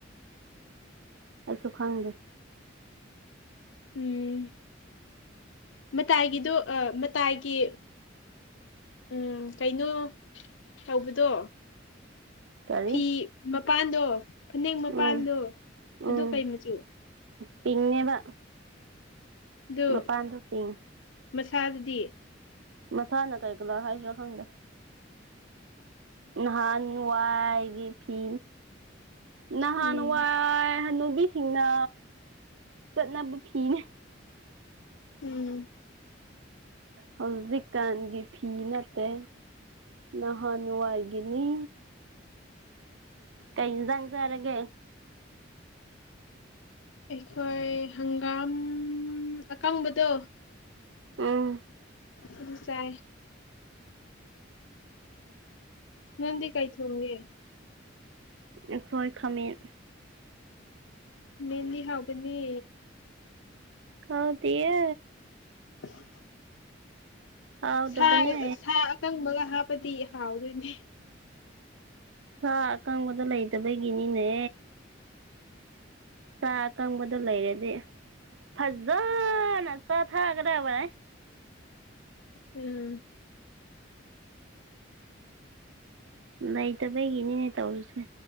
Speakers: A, on the right (about 75°); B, on the left (about 75°).
A: ꯑꯩꯁꯨ ꯈꯪꯗꯦ꯫
B: ꯎꯝ꯫ ꯃꯇꯥꯏꯒꯤꯗꯣ ꯑ ꯃꯇꯥꯏꯒꯤ, ꯎꯝ ꯀꯩꯅꯣ ꯇꯧꯕꯗꯣ,
A: ꯀꯔꯤ
B: ꯐꯤ ꯃꯄꯥꯟꯗꯣ, ꯐꯅꯦꯛ ꯃꯄꯥꯟꯗꯣ
A: ꯎꯝ
B: ꯑꯗꯨ
A: ꯎꯝ
B: ꯀꯩ ꯃꯆꯨ?
A: ꯄꯤꯡꯅꯦꯕ꯫
B: ꯗꯨ
A: ꯃꯄꯥꯟꯗꯣ ꯄꯤꯡ
B: ꯃꯁꯥꯗꯗꯤ
A: ꯃꯁꯥꯅ ꯀꯩ ꯀꯂꯔ ꯍꯥꯏꯁꯤꯔꯥ ꯈꯪꯗꯦ ꯅꯍꯥꯟ ꯋꯥꯢꯒꯤ ꯐꯤ ꯅꯍꯥꯟꯋꯥꯏ
B: ꯎꯝ
A: ꯍꯟꯅꯨꯕꯤꯁꯤꯡꯅ ꯆꯠꯅꯕ ꯐꯤꯅꯦ
B: ꯎꯝ
A: ꯍꯧꯖꯤꯛꯀꯥꯟꯒꯤ ꯐꯤ ꯅꯠꯇꯦ ꯅꯍꯥꯟ ꯋꯥꯏꯒꯤꯅꯤ ꯀꯩ ꯏꯟꯖꯥꯡ ꯆꯥꯔꯒꯦ
B: ꯑꯩꯈꯣꯏ ꯍꯪꯒꯥꯝ ꯀꯪꯕꯗꯣ
A: ꯎꯝ
B: ꯑꯗꯨ ꯆꯥꯏ ꯅꯪꯗꯤ ꯀꯩ ꯊꯣꯡꯒꯦ
A: ꯑꯈꯣꯏ ꯈꯥꯃꯦꯟ
B: ꯃꯦꯟꯂꯤ ꯍꯥꯎꯕꯅꯦ
A: ꯍꯥꯎꯇꯤꯌꯦ
B: <unintelligible>
A: ꯍꯥꯎꯇꯕꯅꯦ
B: ꯁꯥ ꯁꯥ ꯑꯀꯪꯕꯒ ꯍꯥꯞꯄꯗꯤ ꯍꯥꯎꯗꯣꯏꯅꯦ
A: ꯁꯥ ꯑꯀꯪꯕꯗꯣ ꯂꯩꯇꯕꯒꯤꯅꯤꯅꯦ ꯁꯥ ꯑꯀꯪꯕꯗꯣ ꯂꯩꯔꯗꯤ ꯐꯖꯅ ꯆꯥꯊꯒꯗꯕꯅꯦ
B: ꯎꯝ
A: ꯂꯩꯇꯕꯒꯤꯅꯤꯅꯦ ꯇꯧꯔꯤꯁꯦ